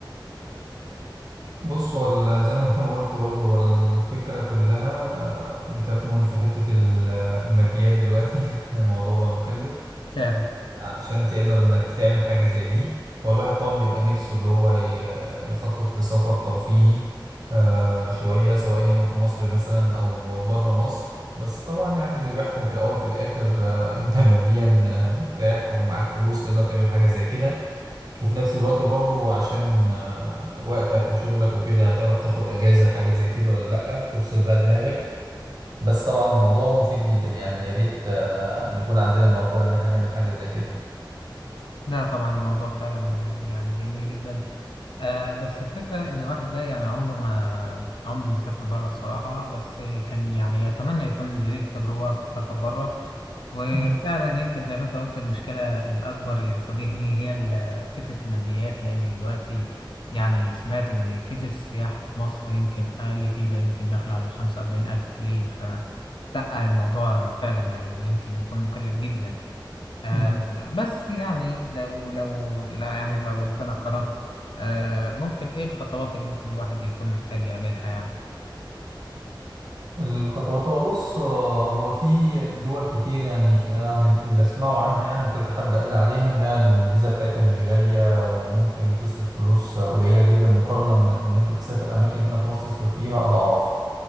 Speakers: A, on the right (about 50°); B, on the left (about 75°).
A: بص هو ال- <laughs> زي ما انت ما قلت برضه هو الفكرة كلها بتكمن في حتة ال- الماديات دلوقتي <laughs> الموضوع بقى مكلف
B: فعلا
A: عشان تقدر انك تعمل حاجة زي دي هو الواحد طبعا بيبقى نفسه اللي هو ي- <laughs> يخطط لسفر ترفيهي آه، شوية سواء هنا في مصر مثلا او بره مصر بس طبعا يعني اللي بيحكم في الاول في الاخر آه، انت ماديا آه، مرتاح ومعاك فلوس تقدر تعمل حاجة زي كده وفي نفس الوقت برضو عشان آه، وقتك وشغلك وكده هتعرف تاخد اجازة لحاجة زي كده ولا لأ تفصل بقى دماغك بس طبعا الموضوع مفيد جدا يعني يا ريت آه، نكون عندنا المقدرة ان احنا نعمل حاجة زي كده
B: لا طبعا الموضوع فعلا يعني جميل جدا آه بس الفكرة إن واحد زي يعني عمره ما عمره ما سافر بره الصراحة بس كان يعني يتمنى يكون ليه تجربة في السفر بره وفعلا
A: مم.
B: يمكن زي ما أنت قلت المشكلة الأكبر اللي بتواجهني هي ال- فكرة الماديات لأن دلوقتي يعني سمعت إن فيزا السياحة في مصر يمكن أقل فيزا يمكن داخلة على الخمسة وأربعين ألف حاليا ف لأ الموضوع فعلا يعني يمكن يكون مكلف جدا آه
A: مم.
B: بس يعني لو لو لا يعني لو ربنا كرم آه ممكن ايه الخطوات اللي ممكن الواحد يكون محتاج يعملها يعني
A: الخطوات هو بص آه، هو في دول كتير يعني يعني اللي اسمعوا عنها يعني وكذا حد قال لي عليها انها الفيزا بتاعتها مش غالية وممكن تصرف فلوس قليلة جدا مقارنة بانك ممكن تسافر اماكن هنا في مصر تصرف فيها اضعاف